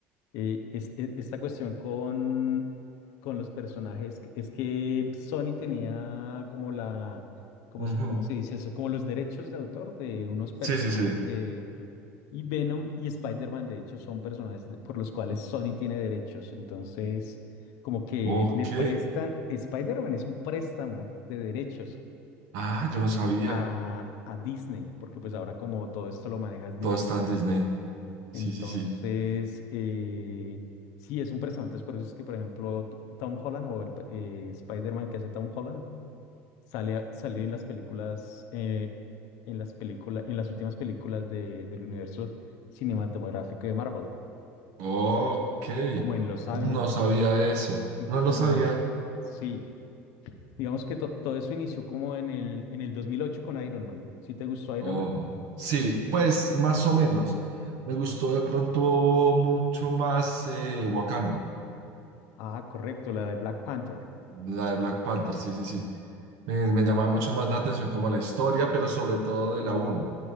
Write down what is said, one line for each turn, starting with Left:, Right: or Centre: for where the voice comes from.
Left: eh, es, e- esta cuestión con, con los personajes, que- es que Sony tenía como la, ¿cómo
Right: Ujú.
Left: se, cómo se dice eso? Como los derechos de autor de unos personajes
Right: Sí, sí, sí.
Left: de... Y Venom y Spider-Man, de hecho, son personajes de- por los cuales Sony tiene derechos. Entonces, como que
Right: Ok.
Left: le prestan, Spider-Man es un préstamo de derechos
Right: Ah, yo no sabía.
Left: a, a Disney, porque pues ahora como todo esto lo manejas Disney.
Right: Todo está en Disney. Sí,
Left: Entonces,
Right: sí, sí.
Left: eh, sí, es un préstamo. Entonces, por eso es que, por ejemplo, T- Tom Holland o el eh, Spider-Man que hace Tom Holland sale, a- sale en las películas, eh, en las películas, en las últimas películas de, del universo cinematográfico de Marvel,
Right: Ok.
Left: como en los Avengers.
Right: No sabía eso.
Left: Y
Right: No
Left: como,
Right: lo sabía.
Left: sí, digamos que to- todo eso inició como en el, en el 2008 con Iron Man. ¿Sí te gustó Iron
Right: Oh,
Left: Man?
Right: sí, pues más o menos. Me gustó de pronto mucho más eh, Wakanda,
Left: Ah, correcto, la de Black Panther.
Right: la de Black Panther, sí, sí, sí. Me, me llamaba mucho más la atención como la historia, pero sobre todo de la uno